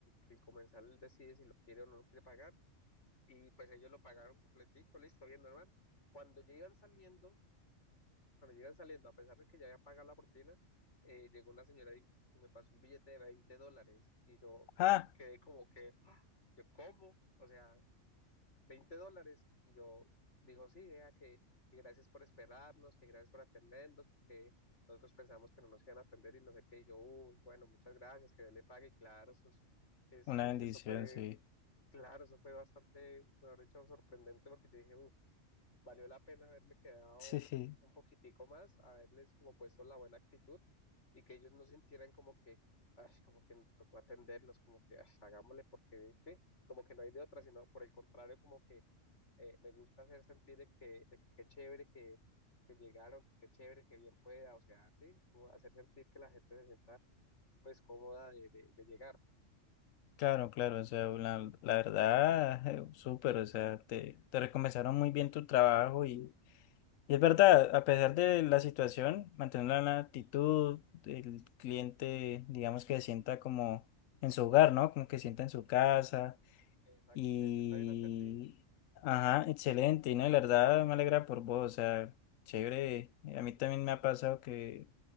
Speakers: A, on the left; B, on the left.
A: que el comensal decide si lo quiere o no lo quiere pagar y pues ellos lo pagaron completico, listo, bien normal. Cuando llegan saliendo, Cuando llegan saliendo, a pesar de que ya habían pagado la propina, eh, llegó la señora y, y me pasó un billete de 20 dólares y yo
B: Ah,
A: quedé como que, ¡ah! yo, ¿cómo? O sea, 20 dólares y yo dijo, sí, vea que, que gracias por esperarnos, que gracias por atendernos, porque nosotros pensamos que no nos iban a atender y no sé qué, y yo, uy, bueno, muchas gracias, que Dios le pague, y claro, eso, es, es-
B: una
A: es-
B: bendición,
A: eso fue,
B: sí.
A: claro, eso fue bastante, mejor dicho, sorprendente porque yo dije, uff valió la pena haberme quedado
B: Sí, sí.
A: un poquitico más, haberles como puesto la buena actitud y que ellos no sintieran como que, ay, como que nos tocó atenderlos, como que "Ay, hagámosle porque, sí, como que no hay de otra, sino por el contrario, como que eh, me gusta hacer sentir de que, de que qué chévere que, que llegaron, qué chévere, que bien pueda, o sea, sí, como hacer sentir que la gente se sienta pues cómoda de, de, de llegar.
B: Claro, claro. O sea, la, la verdad, <laughs> eh, súper. O sea, te, te recompensaron muy bien tu trabajo y Y es verdad, a pesar de la situación, mantener la actitud, el cliente, digamos que se sienta como en su hogar, ¿no? Como que se sienta en su casa
A: Exacto,
B: y...
A: que se sienta bien atendido,
B: Ajá, excelente, y no, y la verdad me alegra por vos, o sea, chévere. A mí también me ha pasado que